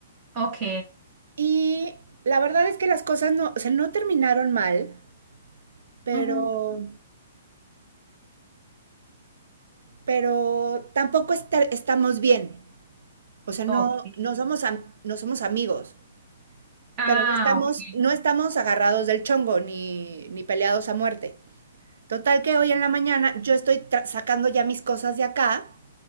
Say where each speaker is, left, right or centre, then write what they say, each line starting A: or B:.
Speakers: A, on the right; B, on the right.
A: Ok.
B: Y la verdad es que las cosas no, o sea, no terminaron mal, pero,
A: ujú,
B: pero tampoco esta- estamos bien. O sea, no,
A: Ok.
B: no somos, am- no somos amigos,
A: Ah,
B: pero no estamos,
A: ok.
B: no estamos agarrados del chongo ni, ni peleados a muerte. Total que hoy en la mañana yo estoy tra- sacando ya mis cosas de acá